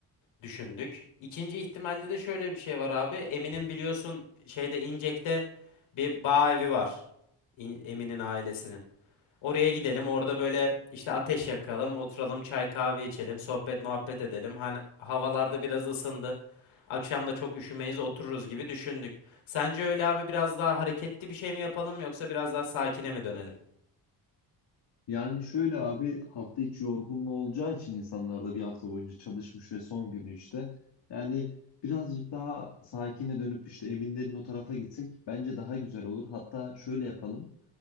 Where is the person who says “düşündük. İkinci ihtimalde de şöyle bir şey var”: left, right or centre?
Left